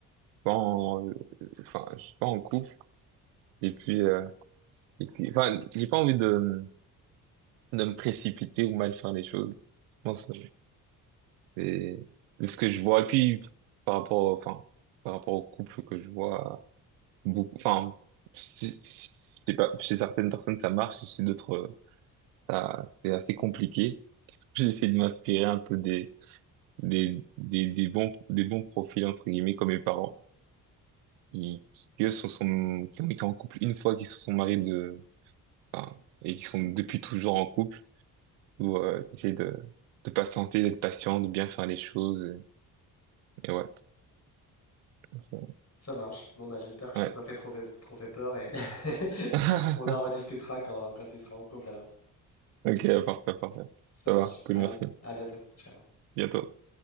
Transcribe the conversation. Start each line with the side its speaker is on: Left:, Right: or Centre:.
Right: bon, euh, enfin je suis pas en couple et puis euh, Et puis, enfin, j'ai pas envie de, de me précipiter ou mal faire les choses. Je pense, euh, c'est ce que je vois. Et puis, par rapport, enfin, par rapport au couple que je vois, beaucoup, enfin, c'est- c'est- c'est pas, chez certaines personnes, ça marche, chez d'autres, euh, ça, c'est assez compliqué. J'ai essayé de m'inspirer un peu des, des, des, des bons, des bons profils, entre guillemets, comme mes parents, qui, qui eux, sont, sont, qui ont été en couple une fois, qui se sont mariés de, enfin, et qui sont depuis toujours en couple ou euh, essayer de de patienter, d'être patient, de bien faire les choses. Et, ouais. c'est-
Left: Ça marche. Bon, bah, j'espère que je
Right: Ouais.
Left: t'ai pas fait trop fait, trop fait peur et <laughs>
Right: <laughs>
Left: on en rediscutera quand, quand tu seras en couple alors.
Right: Ok, parfait, parfait.
Left: Ça marche.
Right: Ça va, cool,
Left: Allez,
Right: merci.
Left: à bientôt. Ciao.
Right: Bientôt.